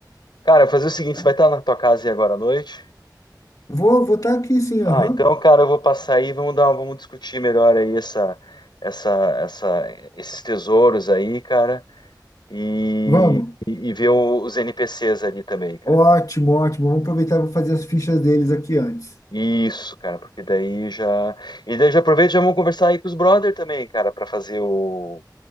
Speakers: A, on the left; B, on the left.
A: Cara, eu vou fazer o seguinte,
B: É.
A: você vai estar na tua casa aí agora à noite?
B: Vou, vou estar aqui sim,
A: Ah,
B: aham.
A: então, cara, eu vou passar aí, vamos dar, vamos discutir melhor aí essa, essa, essa, esses tesouros aí, cara. E,
B: Vamos.
A: e, e ver o- os NPCs ali também, cara.
B: Ótimo, ótimo. Vamos aproveitar e vou fazer as fichas deles aqui antes.
A: Isso, cara, porque daí já. E daí já aproveita e já vamos conversar aí com os brother também, cara, pra fazer o.